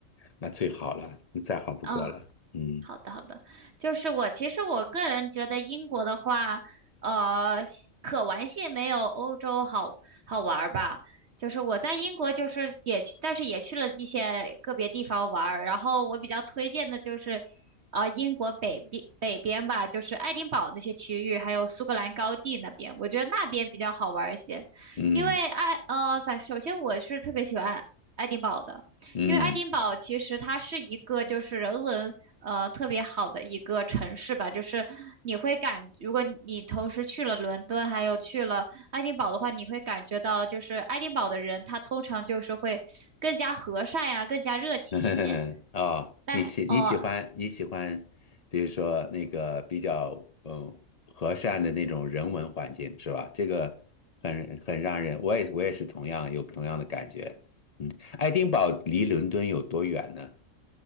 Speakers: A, on the left; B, on the right.
A: 那最好了，再好不过了。
B: 嗯，
A: 嗯
B: 好的，好的，就是我其实我个人觉得英国的话，呃，可玩性没有欧洲好好玩儿吧。就是我在英国，就是也去，但是也去了一些个别地方玩儿。然后我比较推荐的就是，呃，英国北边北边吧，就是爱丁堡那些区域，还有苏格兰高地那边，我觉得那边比较好玩儿一些。
A: 嗯
B: 因为爱呃，反首先我是特别喜欢爱爱丁堡的。
A: 嗯，
B: 因为爱丁堡其实它是一个就是人文呃特别好的一个城市吧，就是你会感，如果你同时去了伦敦，还有去了爱丁堡的话，你会感觉到就是爱丁堡的人他通常就是会更加和善呀、更加热情一些。
A: <laughs> 哦，
B: 但哦、
A: 你喜你喜欢你喜欢，
B: 呃
A: 比如说那个比较嗯和善的那种人文环境是吧？这个很很让人，我也我也是同样有同样的感觉。嗯，爱丁堡离伦敦有多远呢？